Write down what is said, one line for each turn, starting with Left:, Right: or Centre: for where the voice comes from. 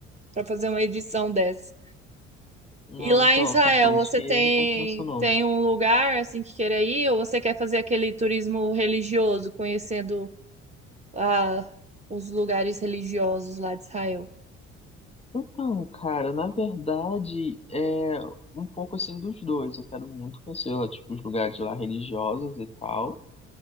Right: pra fazer uma edição dessa.
Left: Não,
Right: E lá
Left: então,
Right: em Israel,
Left: são coisas
Right: você
Left: que eu
Right: tem,
Left: não compensa, não.
Right: tem um lugar assim que queira ir, ou você quer fazer aquele turismo religioso, conhecendo a, os lugares religiosos lá de Israel.
Left: Então, cara, na verdade, é um pouco assim dos dois. Eu quero muito conhecer lá, tipo, os lugares lá religiosos e tal.